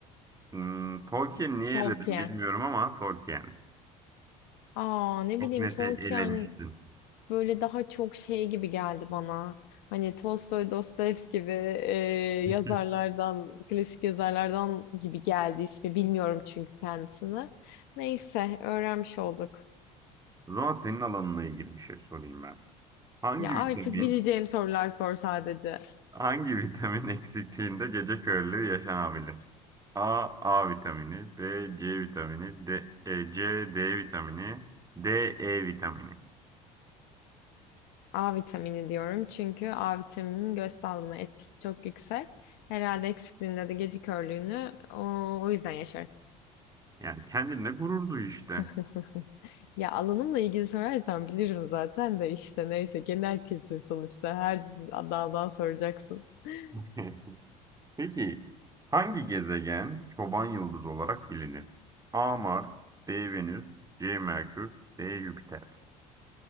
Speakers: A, on the right; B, on the left.
A: Hmm, Tolkien niye
B: Tolkien.
A: eledim bilmiyorum ama Tolkien.
B: Aa ne
A: Çok
B: bileyim
A: net
B: Tolkien
A: elemiştin.
B: böyle daha çok şey gibi geldi bana. Hani Tolstoy, Dostoyevski gibi e,
A: <laughs>
B: yazarlardan, klasik yazarlardan gibi geldi ismi. Bilmiyorum çünkü kendisini. Neyse öğrenmiş olduk.
A: O zaman senin alanına ilgili bir şey sorayım ben. Hangi
B: Ya artık
A: vitamin,
B: bileceğim sorular sor sadece.
A: hangi vitamin <laughs> eksikliğinde gece körlüğü yaşanabilir? A, A vitamini, B, C vitamini, D, e, C, D vitamini, D, E vitamini.
B: A vitamini diyorum çünkü A vitamininin göz sağlığına etkisi çok yüksek. Herhalde eksikliğinde de gece körlüğünü o, o yüzden yaşarız.
A: Yani kendinle gurur duy işte.
B: <laughs> Ya alanımla ilgili sorarsan bilirim zaten de işte neyse genel kültür sonuçta her daldan soracaksın. <laughs>
A: <laughs> Peki hangi gezegen çoban yıldızı olarak bilinir? A. Mars, B. Venüs, C. Merkür, D. Jüpiter.